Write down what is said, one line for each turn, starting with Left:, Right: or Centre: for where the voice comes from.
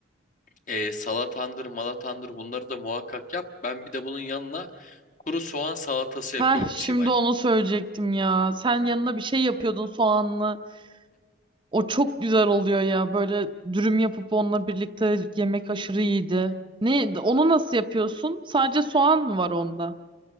Left: ee, salatandır, malatandır bunları da muhakkak yap. Ben bir de bunun yanına kuru soğan salatası yapıyorum
Right: Heh şimdi
Left: Simay.
Right: onu söyleyecektim ya. Sen yanına bir şey yapıyordun soğanlı. O çok güzel oluyor ya. Böyle dürüm yapıp onunla birlikte yemek aşırı iyiydi. Ne, onu nasıl yapıyorsun? Sadece soğan mı var onda?